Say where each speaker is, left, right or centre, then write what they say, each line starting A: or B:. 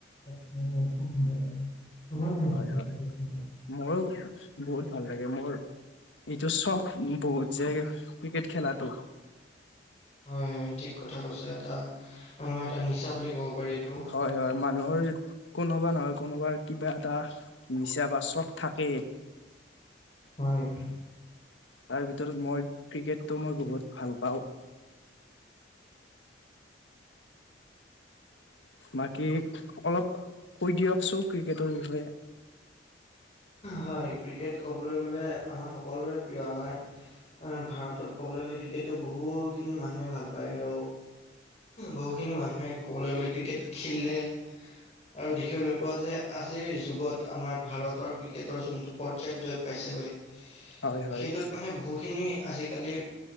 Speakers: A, on the left (about 35°); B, on the left (about 85°).
A: অ অ খুব ভাল লাগে তোমাৰ কেনেকুৱা
B: হয় হয়
A: ক্ৰিকেট খেলি
B: মোৰো বহুত ভাল লাগে মোৰ এইটো শখ বহুত যে ক্ৰিকেট খেলাটো
A: হয় হয় ঠিক কথা কৈছ এটা আমাৰ এটা নিচা বুলি ক'ব পাৰি এইটো
B: হয় হয় মানুহৰ কোনোবা নহয় কোনোবাৰ কিবা এটা নিচা বা চখ থাকে
A: হয়
B: তাৰ ভিতৰত মই ক্ৰিকেটটো মই বহুত ভাল পাওঁ বাকী অলপ কৈ দিয়কচোন ক্ৰিকেটৰ বিষয়ে
A: হয় ক্ৰিকেট ক'বলৈ গ'লে আমাৰ সকলোৰে প্ৰিয় আমাৰ ভাৰতত ক'বলৈ গ'লে ক্ৰিকেটটো বহুখিনি মানুহে ভাল পায় আৰু বহুখিনি মানুহে ক'বলৈ গ'লে ক্ৰিকেট খেলিলে আৰু দেখিবলৈ পোৱা যে আজিৰ যুগত আমাৰ ভাৰতৰ ক্ৰিকেটৰ যোন পৰ্যায় জয় পাইছেগৈ
B: হয় হয়
A: সেইটোত মানে বহুখিনি আজিকালি